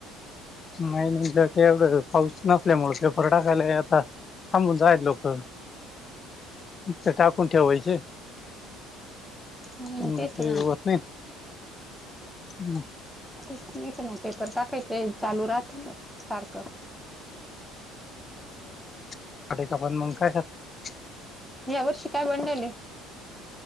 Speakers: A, on the left (about 30°); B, in the centre.
A: नाही नाही काही एवढं पाऊस नसल्यामुळे पेपर टाकायला आता थांबून जायल लोकं तर टाकून ठेवायचे
B: ना
A: हम्म
B: तेच
A: ते
B: ना
A: होत नाही हम्
B: नाहीच ना पेपर टाकायचे चालू राहतील ना सारखं
A: साडी चं क पण मग काय घात
B: यावर शिकाय मंडली